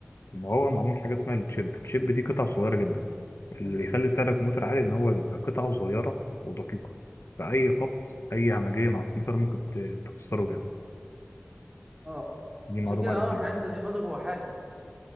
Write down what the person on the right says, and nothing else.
امم
اه
عشان كده اه
احنا
لازم نحفظه جوه حاجه